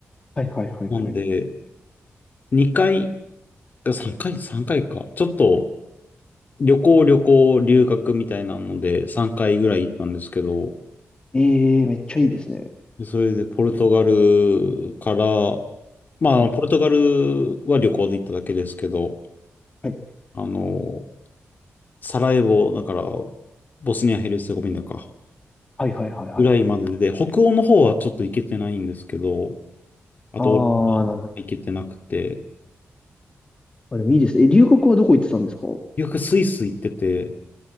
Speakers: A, on the left; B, on the left.
A: いはいはいはい。
B: なんで、2回か3回、3回かいか。ちょっと旅行、旅行、留学みたいなので3回ぐらい行ったんですけど、
A: ええめっちゃいいですね。
B: でそれでポルトガルから、まあポルトガルは旅行で行っただけですけど、
A: はい、はい、
B: あの、サラエボ、だからボスニア・ヘルツェゴビナか、
A: はいはいはいはい。
B: ぐらいまでで、北欧の方はちょっと行けてないんですけど、あと、
A: あ
B: オーストリア行けてなくて、
A: あ、なるほど。あ、でもいいですね。え、留学はどこ行ってたんですか
B: 留学スイス行ってて、